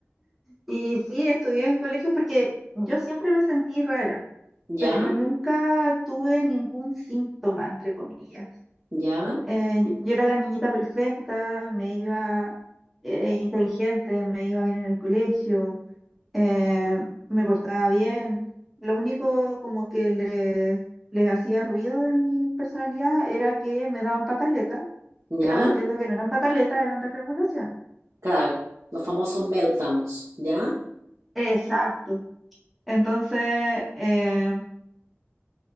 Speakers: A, in the centre; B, on the right (about 80°).
A: y sí, estudié en colegios porque yo siempre me sentí rara,
B: ¿Ya?
A: pero nunca tuve ningún síntoma, entre comillas.
B: ¿Ya?
A: Eh, yo yo era la niñita perfecta, me iba eh, inteligente, me iba bien en el colegio, eh, me portaba bien. Lo único como que les, les hacía ruido de mi personalidad era que me daban pataletas,
B: ¿Ya?
A: que ahora entiendo que no eran pataletas, eran desregulaciones.
B: Claro, los famosos meltdowns. ¿Ya?
A: Exacto. Entonces, eh,